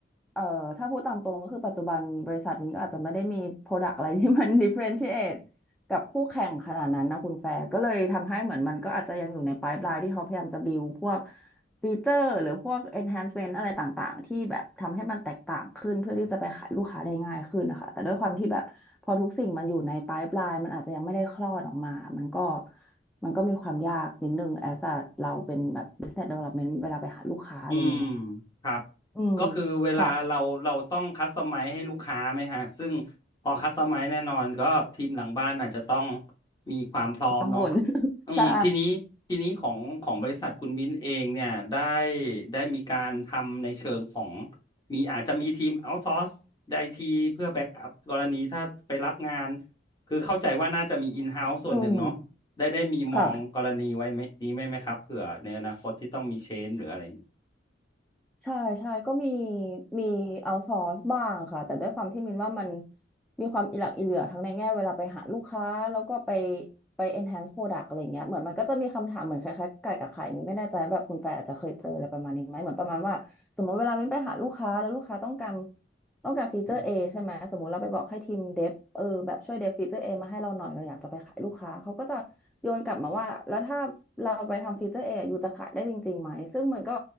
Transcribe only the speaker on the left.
อืมครับ
ก็คือเวลาเราเราต้องคัสตอมไมซ์ให้ลูกค้าไหมฮะซึ่ง
พอคัสตอมไมซ์แน่นอนก็ทีมหลังบ้านอาจจะต้องมีความพร้อมเนาะ
อืมทีนี้ทีนี้ของของบริษัทคุณมิ้นเองเนี่ยได้
ได้มีการทำในเชิงของมีอาจจะมีทีมเอา s o ซอร์สไอทีเพื่อแบ็กอัพกรณีถ้าไปรับงานคือเข้าใจว่าน่าจะมีอินเฮ้าส์ส่วนหนึ่งเนาะได้ได้มีมองกรณีไว้ไหมนี้ไหมไหมครับเผื่อในอนาคตที่ต้องมีเชนหรืออะไรอย่างงี้
อืม